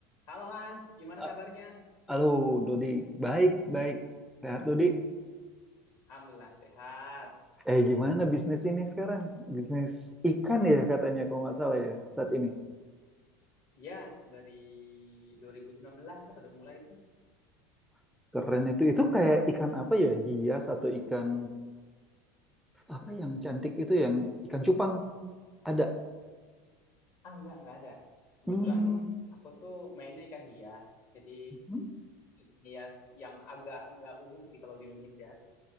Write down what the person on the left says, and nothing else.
Halo Hans, gimana
kabarnya?
Alhamdulillah sehat.
Tuh,
ya dari 2019 lah udah mulai itu?
Ah enggak, enggak ada. Kebetulan
aku tuh mainnya ikan hias. Jadi
ikan hias yang agak enggak umum sih kalau di Indonesia.